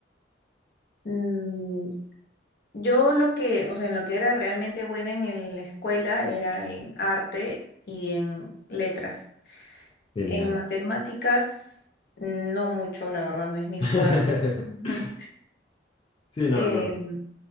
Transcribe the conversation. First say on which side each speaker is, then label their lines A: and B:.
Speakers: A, on the left; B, on the left.
A: Mm, yo lo que, o sea, en lo que era realmente buena en el- la escuela era en arte y en letras.
B: Genial.
A: En matemáticas, no mucho, la verdad, no es mi
B: <laughs>
A: fuerte. <laughs>
B: Sí, no,
A: Em,
B: no.